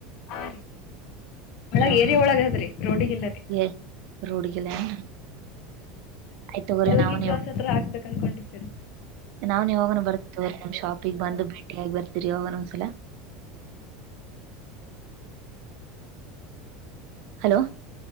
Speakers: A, on the left (about 55°); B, on the right (about 60°).
A: ಹಾ ರೀ <unintelligible> ಒಳಗ
B: ಹ
A: ಏರಿಯಾ
B: ಹಾ
A: ಒಳಗದ್ರಿ ರೋಡಿಗಿಲ್ಲ ರೀ.
B: ಏ ರೋಡ್ಗಿಲ್ಲ ಏನ್ರಿ ಆಯ್ತ್ ತಗೋರಿ
A: ಯವ್ರಿಗೆ
B: ನಾವ್
A: ಕ್ರಾಸ್
B: ನೀವು
A: ಹತ್ರ ಹಾಕ್ಬೇಕ ಅನ್ಕೊಂಡಿದ್ದೀವಿ.
B: ನಾವ್ನ್ ಯಾವಾಗಾದ್ರು ಬರ್ತವ್ ತಗೋರಿ ನಮ್ಮ್ ಶಾಪಿಗೆ ಬಂದು ಭೇಟಿಯಾಗಿ ಬರ್ತೀರಿ ಯಾವಾಗದ್ರು ಒಂದ್ಸಲ. ಹಲೋ